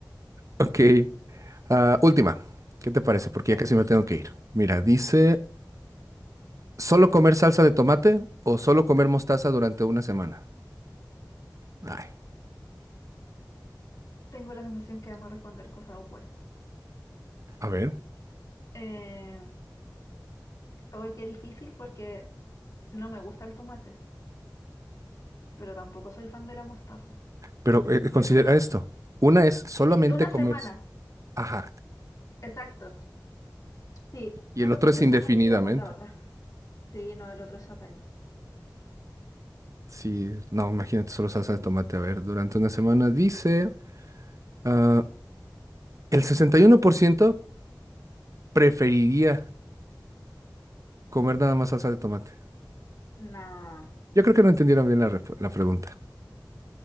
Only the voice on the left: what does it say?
Ya,
ujú.
tengo la sensación que vamos a responder cosas opuestas.
Eh, hoy qué difícil porque no me gusta el tomate, pero tampoco soy fan de la mostaza.
Pero,
sí, una
semana,
exacto. Sí,
solo
por
eso
me iría por la otra. Sí, no, el otro es satánico.
Nah,